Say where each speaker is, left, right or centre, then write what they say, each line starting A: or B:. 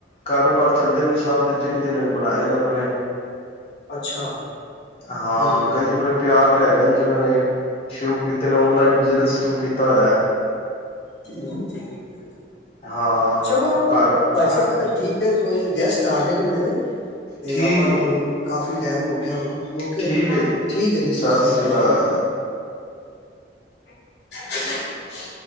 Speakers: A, on the left; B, on the left.
A: ਕਾਰੋਬਾਰ ਚੱਲਦੇ ਨੇ ਸਭ ਤੇ ਜਿਹਨੇ ਜਿੰਨ ਬਣਾਏ ਰੱਬ ਨੇ
B: ਅੱਛਾ।
A: ਹਾਂ
B: ਹਮ
A: ਕਈ ਆਪਣੇ ਪਿਆਰ ਲੈ ਗਏ ਨੇ, ਜਿਨ੍ਹਾਂ ਨੇਂ ਸ਼ੁਰੂ ਕੀਤੇ ਨੇਂ ਔਨਲਾਇਨ ਬਿਜ਼ਨਸ ਨੂੰ ਕੀ ਕੀਤਾ ਹੋਇਆਂ।
B: ਠੀਕ ਠੀਕ ਹੈ
A: ਹਾਂ,
B: ਚਲੋ
A: ਉਹ ਕਾਰਨ
B: ਭਾਈ ਸਾਹਿਬ
A: ਹਾਂਜੀ।
B: ਫਿਰ ਠੀਕ ਹੈ ਕੋਈ ਗੈਸਟ ਆ ਗਏ ਨੇਂ ਮੇਰੇ ਤੇ
A: ਠੀਕ
B: ਆਪਾਂ
A: ਹੈ
B: ਨੂੰ ਕਾਫ਼ੀ ਟਾਇਮ ਹੋ ਗਿਆਂ ਹੁਣ ਓਕੇ
A: ਠੀਕ ਹੈ ਜੀ
B: ਠੀਕ ਹੈਂ ਜੀ‌, ਸਸ
A: ਸਤਿ
B: ਰੀ
A: ਸ੍ਰੀ
B: ਕਾਲ।
A: ਅਕਾਲ
B: <inaudible>